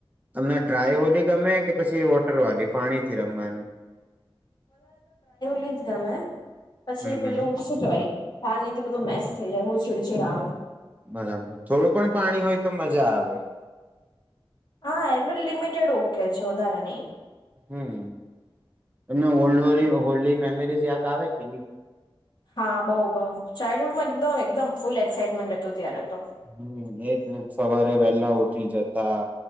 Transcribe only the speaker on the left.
લીઝ ગમે. પછી
પેલું
શું કેવાય? પાણીથી બધું મેસ થઈ જાય બહુ ચીડચીડ આવે.
હા એ લિમિટેડ ઓકે છે વધારે નહી.
હા બઉ બઉ ચાઇલ્ડહુડમાં એકદમ-એકદમ ફૂલ એક્સાાઈટમેન્ટ હતું ત્યારે. તો